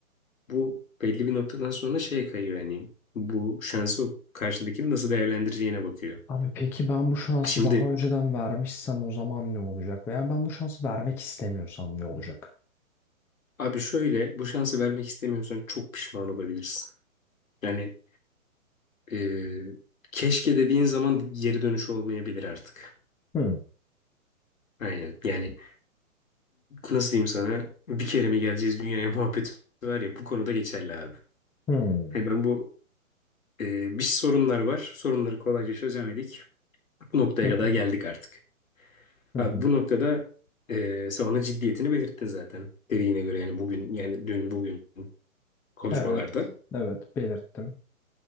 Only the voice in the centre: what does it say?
Abi peki ben bu şansı
daha önceden vermişsem o zaman ne olacak? Veya ben bu şansı vermek istemiyorsam ne olacak?
Hmm,
hmm.
Hı
hı,
hı
hı.
Evet, evet belirttim.